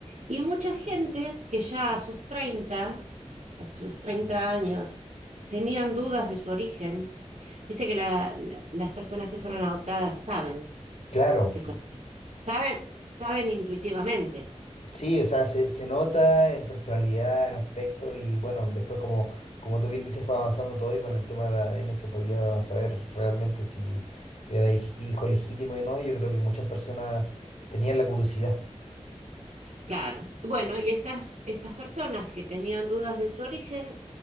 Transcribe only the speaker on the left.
claro.
Sí, o sea, se, se nota en personalidad, en aspecto y bueno, después como, como tú bien dices, fue avanzando todo y con el tema de ADN se podía saber realmente si era hij- hijo legítimo o no. Yo creo que muchas personas tenían la curiosidad.